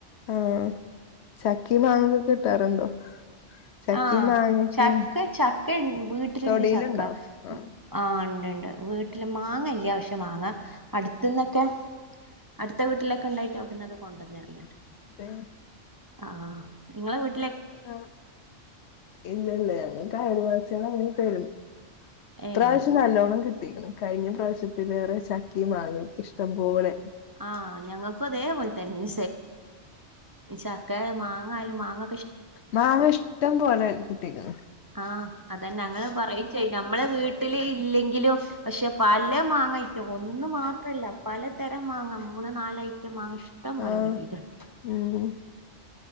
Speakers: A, on the left (about 65°); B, on the right (about 25°).
A: ആഹ ചക്കി മാങ്ങൊക്കെ കിട്ടാറുണ്ടോ ചക്കേം
B: ആഹ
A: മാങ്ങൊക്കെ
B: ചക്ക ചക്ക വീട്ടിലുണ്ട്
A: തൊടീലുണ്ടോ
B: ചക്ക
A: ആഹ്
B: ആ ണ്ട് വീട്ടില് മാങ്ങല്ല പക്ഷെ മാാങ്ങ അടുത്തന്നൊക്കെ അടുത്ത വീട്ടിലൊക്കെ ഉണ്ടായിട്ട് അവിടന്നൊക്കെ കൊണ്ടുവന്നരില്ലുണ്ട്
A: അത
B: ആ നിങ്ങളെ വിട്ട
A: ആ ഇല്ല ഇല്ല ങ്ങ മീൻ തരും ഇത്രാവശ്യം
B: ഏഹ്
A: നല്ലോണ്ണം കിട്ടും കിട്ടിയിരിക്കണ് കഴിഞ്ഞ പ്രാവശ്യത്തിലേറെ ചക്കിയും മാങ്ങയും ഇഷ്ടം പോലെ
B: ആ ഞങ്ങൾക്കും അതേപോലെ തന്നെ ചക്ക മാങ്ങായാലും മാങ്ങ
A: മാങ്ങ ഇഷ്ടം പോലെ കിട്ടിക്കുന്നു
B: ആ അതന്ന ഞങ്ങള് പറയും ചെയ്യ് ഞമ്മളെ വീട്ടില് ഇല്ലെങ്ക പക്ഷെ പല മാങ്ങ ഐറ്റം ഒന്ന് മാത്രല്ല പല തരം മാങ്ങ മൂന്ന് നാലായി മാങ്ങ ഇഷ്ടം പോലെ
A: ആഹ്
B: കിട്ടീയിട്ടുണ്ട്
A: ഉം